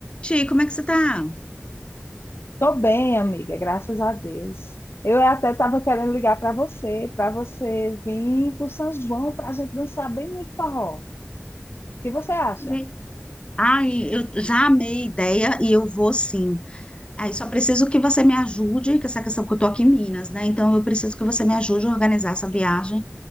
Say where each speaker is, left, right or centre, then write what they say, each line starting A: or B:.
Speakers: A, on the left; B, on the left.
A: Ti, como é que você tá?
B: Tô bem, amiga, graças a Deus. Eu até estava querendo ligar para você, para você vir para São João para a gente dançar bem muito forró. O que você acha?
A: E- Ai, eu já amei a ideia e eu vou sim. Aí só preciso que você me ajude, com essa questão que eu tô aqui em Minas, né? Então eu preciso que você me ajude a organizar essa viagem.